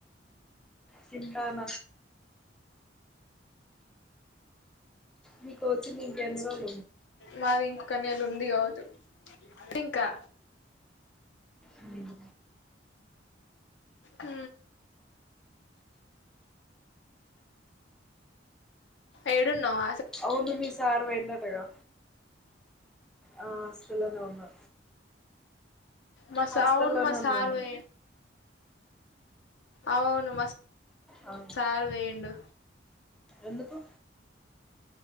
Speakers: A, in the centre; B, on the left.
A: తింటాన మీ కోచింగ్ ఇంక ఎన్ని రోజ్
B: మాది ఇంకొక నేళ ఉంది కావచు ఇంకా
A: ఉమ్
B: ఊ ఏడున్నావ
A: అవును మీ సార్ వోయిడంట గదా ఆ హాస్టల్లనే ఉన్నా
B: మసావును
A: హాస్టల్లోనే
B: మా సార్
A: ఉన్నా నేను
B: పోయిండు అవును మ
A: ఆ
B: సార్ వోయిండు
A: ఎందుకు